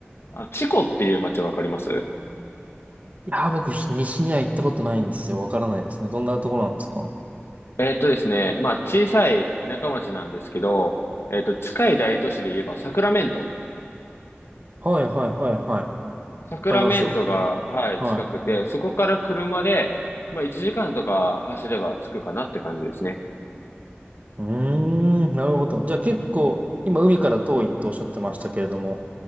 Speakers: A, on the left; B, on the right.
A: あ、チコっていう街わかります
B: いやー、僕、ひ西には行ったことないんですよ。わからないですね。どんなところなんですか
A: えーっとですね、まあ、小さい田舎町なんですけど、えーっと、近い大都市で言えばサクラメント。
B: はいはいはいはい。わ
A: サクラメントが、
B: かりますよ。
A: はい、
B: はい
A: 近くて、そこから車で、まあ、1時間とか走れば着くかなって感じですね。
B: うーん、なるほど。じゃあ結構、今海から遠いっておっしゃってましたけれども、